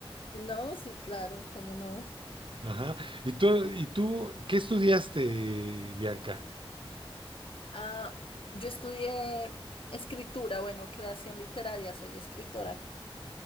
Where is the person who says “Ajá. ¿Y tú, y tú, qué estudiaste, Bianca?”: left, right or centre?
Right